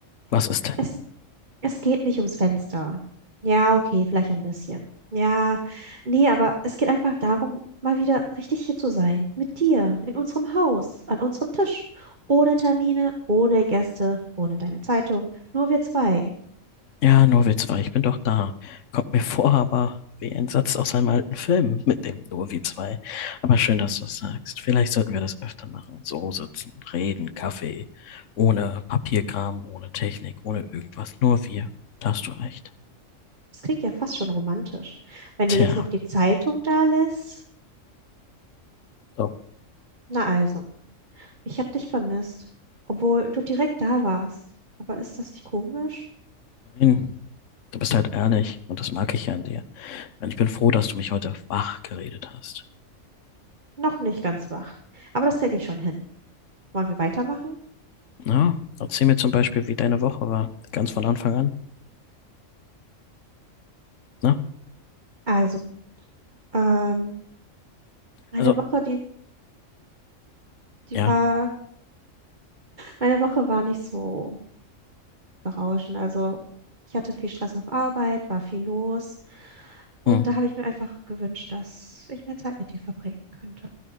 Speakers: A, on the left; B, on the right.
A: Was ist denn?
B: Es, Es geht nicht ums Fenster. Ja, okay, vielleicht ein bisschen. Ja, nee, aber es geht einfach darum, mal wieder richtig hier zu sein. Mit dir, in unserem Haus, an unserem Tisch. Ohne Termine, ohne Gäste, ohne deine Zeitung. Nur wir zwei.
A: Ja, Nurwitz war, ich bin doch da. Kommt mir vor, aber wie ein Satz aus einem alten Film mit dem Nurwitz war. Aber schön, dass du es sagst. Vielleicht sollten wir das öfter machen. So sitzen, reden, Kaffee. Ohne Papierkram, ohne Technik, ohne irgendwas. Nur wir. Da hast du recht.
B: Das klingt ja fast schon romantisch. Wenn
A: Tja.
B: du jetzt noch die Zeitung da lässt.
A: So.
B: Na also, ich hab dich vermisst, obwohl du direkt da warst. Aber ist das nicht komisch?
A: Nein. Du bist halt ehrlich und das mag ich ja an dir. Mann, Ich bin froh, dass du mich heute wach geredet hast.
B: Noch nicht ganz wach. Aber das krieg ich schon hin. Wollen wir weitermachen?
A: Na, erzähl mir zum Beispiel, wie deine Woche war, ganz von Anfang an. Na,
B: Also, ähm. Eine
A: also,
B: Woche, die, die
A: ja.
B: war, eine Woche war nicht so berauschend. Also ich hatte viel Stress auf Arbeit, war viel los. Und
A: Hm.
B: da habe ich mir einfach gewünscht, dass ich mehr Zeit mit dir verbringen könnte.